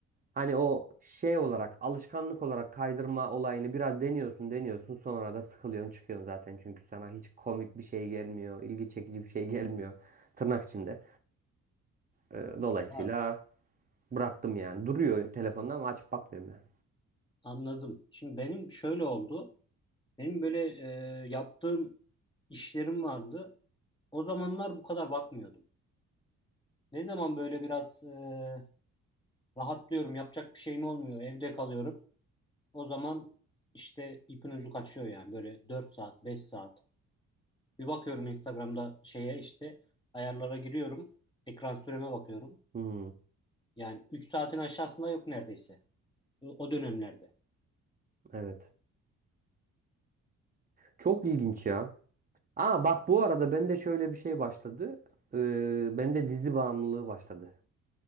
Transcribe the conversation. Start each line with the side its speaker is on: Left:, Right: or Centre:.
Right: hani o şey olarak alışkanlık olarak kaydırma olayını biraz deniyorsun deniyorsun sonra da sıkılıyorsun çıkıyorsun zaten. Çünkü sana hiç komik bir şey gelmiyor, ilgi çekici bir şey gelmiyor tırnak içinde. Ee, Dolayısıyla
Left: Ha,
Right: bıraktım yani duruyor telefonda ama açıp bakmıyorum yani.
Left: anladım. Şimdi benim şöyle oldu. Benim böyle e, yaptığım işlerim vardı. O zamanlar bu kadar bakmıyordum. Ne zaman böyle biraz e, rahatlıyorum, yapacak bir şeyim olmuyor, evde kalıyorum. O zaman işte ipin ucu kaçıyor yani böyle 4 saat, 5 saat. Bir bakıyorum Instagram'da şeye işte ayarlara giriyorum. Ekran süreme bakıyorum.
Right: Hmm,
Left: Yani 3 saatin aşağısında yok neredeyse. O o dönemlerde.
Right: evet. Çok ilginç ya. Aa bak bu arada bende şöyle bir şey başladı. Ee, bende dizi bağımlılığı başladı.